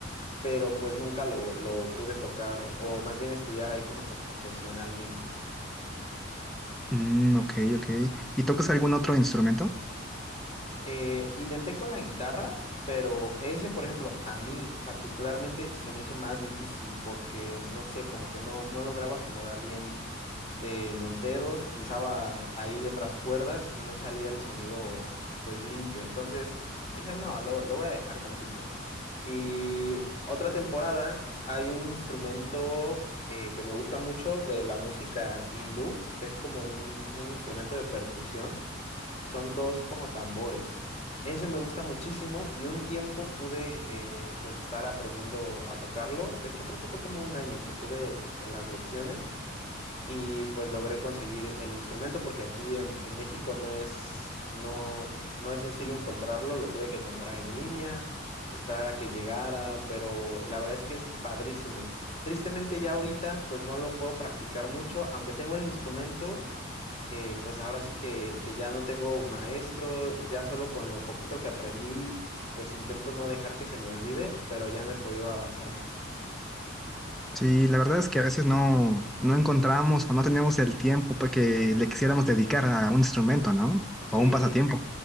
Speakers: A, on the left; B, in the centre.
A: pero pues nunca lo, lo pude tocar o más bien estudiar ahí como que profesionalmente.
B: Mm, ok, ok. ¿Y tocas algún otro instrumento?
A: Eh, intenté con la guitarra, pero ese, por ejemplo, a mí particularmente se me hizo más difícil porque, no sé, como que no, no lograba acomodar bien eh, los dedos, pisaba ahí otras cuerdas y no salía el sonido pues limpio. Entonces dije, no, lo, lo voy a dejar tantito. Y otra temporada hay un instrumento eh, que me gusta mucho de la música hindú, es como un, un instrumento de percusión, son dos como tambores. Ese me gusta muchísimo y un tiempo pude eh, pues estar aprendiendo a tocarlo. De hecho, creo que fue como un año que tuve en las lecciones y pues logré conseguir el instrumento porque aquí en, en México no es, no, no es sencillo encontrarlo, lo tuve que comprar en línea, esperar a que llegara, pero la verdad es que es padrísimo. Tristemente ya ahorita pues no lo puedo practicar mucho, aunque tengo el instrumento, eh, pues ahora sí que, que ya no tengo maestro, ya solo con lo poquito que aprendí, pues intento no dejar que se me olvide, pero ya no he podido avanzar más.
B: Sí, la verdad es que a veces no, no encontramos o no tenemos el tiempo pues, que le quisiéramos dedicar a un instrumento, ¿no?
A: Sí.
B: O a un pasatiempo.